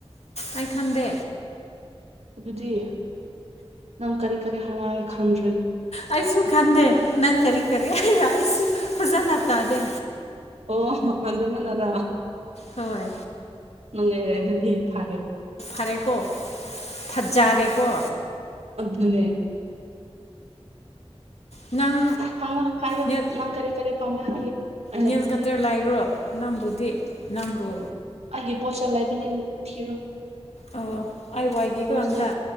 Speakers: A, on the left; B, on the right.
A: ꯑꯩꯈꯟꯗꯦ
B: ꯑꯗꯨꯗꯤ ꯅꯪ ꯀꯔꯤ ꯀꯔꯤ ꯍꯥꯏꯉꯥꯏ ꯈꯪꯗ꯭ꯔꯦ
A: ꯑꯩꯁꯨ ꯈꯟꯗꯦ ꯅꯪ ꯀꯔꯤ ꯀꯔꯤ ꯑꯩꯔ ꯑꯩꯁꯨ ꯐꯖꯅ ꯇꯥꯗꯦ
B: ꯑꯣ ꯍꯣ ꯃ ꯑꯗꯨꯃꯅꯗ
A: ꯍꯣꯏ
B: ꯅꯨꯡꯉꯥꯏꯔꯦ ꯑꯗꯨꯗꯤ ꯐꯥꯔꯦ
A: ꯐꯔꯦꯀꯣ ꯐꯖꯔꯦꯀꯣ
B: ꯃ ꯊꯅꯦ
A: ꯅꯪ
B: ꯊꯃ ꯐ
A: ꯅꯦꯜ
B: ꯅꯪ ꯀꯔꯤ ꯀꯔꯤ ꯃꯧ ꯅꯦ ꯍꯥꯏ ꯑꯅ
A: ꯅꯦꯜ
B: ꯃꯤ
A: ꯀꯇꯔ ꯂꯩꯕ꯭ꯔꯣ ꯅꯪꯕꯨꯗꯤ ꯅꯪꯕꯨ
B: ꯑꯒꯤꯦ ꯄꯣꯠꯆꯔ ꯂꯩ ꯊꯔꯣ
A: ꯑꯣ ꯑꯩ ꯋꯥꯏꯒꯦꯀꯣ
B: ꯄꯣꯁ
A: ꯑꯝꯇ